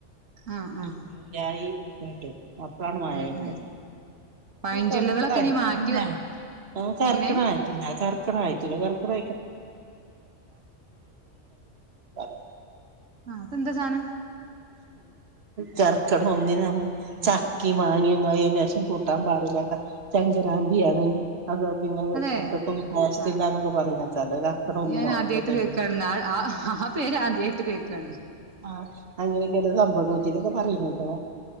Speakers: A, on the right; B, on the right.
A: ആഹ് ആഹ്
B: ജൂലൈ <unintelligible> അപ്പളാണ് മഴ
A: ഉം
B: വരുന്നത്
A: ഉം പഴഞ്ചൊല്ലുകളൊക്കെ
B: കർക്കിടായിട്ട്
A: ഇനി മാറ്റി വ
B: ആ കർക്കടയിട്ടില്ല
A: എങ്ങനെ
B: കർ <unintelligible>
A: ആഹ് അതെന്താ സാനം
B: കർക്കിടം ഒന്നിനാണ് ചക്കിം മാങ്ങിയൊന്നും അയീ നേഷം കൂട്ടാൻ പാടില്ലട്ടാ ചങ്കരാന്തിയാണ് അതാ പിന്നെ
A: അതെ
B: ചക്കക്കൊന്നും ടേസ്റ്റില്ലാന്നൊക്കെ
A: ആഹ്
B: പറയിലെ ചെലചക്കടുന്നോ
A: അത് ഞാൻ ആദ്യായിട്ട്
B: ഒക്കക്കയ്ഞ്
A: കേക്കാണ് ആ ആ ആ പേര് ആദ്യായിട്ട് കേക്കാണ്
B: ആ അങ്ങനെക്കെനെ സംഭവങ്ങൾ പിനോക്കേ അറിയില്ല ട്ടാ